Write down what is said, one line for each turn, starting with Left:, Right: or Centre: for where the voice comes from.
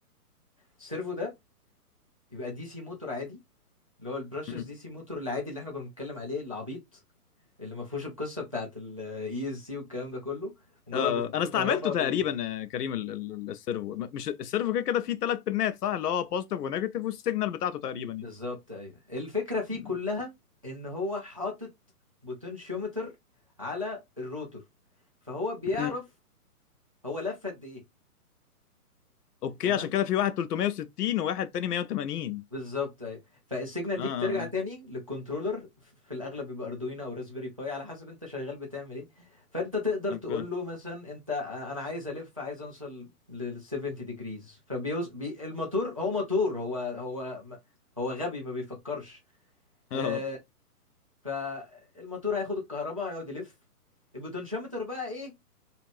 Right: السيرفو ده بيبقى دي سي موتور عادي اللي هو البرشس
Left: <laughs>
Right: دي سي موتور العادي اللي احنا كنا بنتكلم عليه العبيط اللي ما فيهوش القصة بتاعت الاي اس سي والكلام ده كله مجرد
Left: آه
Right: بتديله
Left: انا استعملته
Right: كهرباء
Left: تقريبا
Right: ب-
Left: آه، كريم ال- ال- ال- السيرفو م- مش السيرفو كده كده فيه ثلاث بنات صح اللي هو بوزيتيف ونيجاتيف والسيجنال بتاعته تقريبا
Right: بالظبط
Left: يعني
Right: ايوه الفكرة فيه
Left: مم.
Right: كلها ان هو حاطط بوتنشيومتر على الروتور فهو بيعرف
Left: مم.
Right: هو لف قد ايه
Left: اوكي
Right: تمام
Left: عشان كده في واحد 360 وواحد تاني 180
Right: بالظبط ايوه فالسيجنال
Left: اه
Right: دي
Left: اه
Right: بترجع
Left: آه.
Right: تاني للكنترولر في الاغلب بيبقى اردوينو او راسبيري باي على حسب انت شغال بتعمل ايه فانت تقدر
Left: اوكي
Right: تقول له مثلا انت آه، انا عايز الف عايز اوصل لل 70 ديجريز فبيوز بي الموتور هو موتور هو هو هو غبي ما بيفكرش
Left: اه
Right: آه، فالموتور هياخد الكهرباء هيقعد يلف البوتنشيومتر بقى ايه